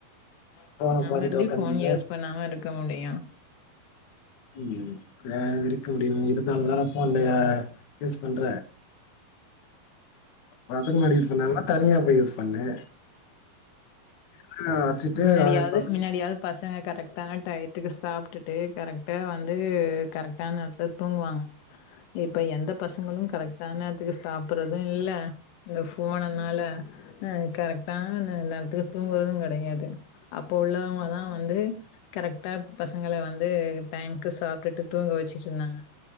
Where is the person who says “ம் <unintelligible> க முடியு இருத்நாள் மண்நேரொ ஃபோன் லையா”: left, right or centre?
Left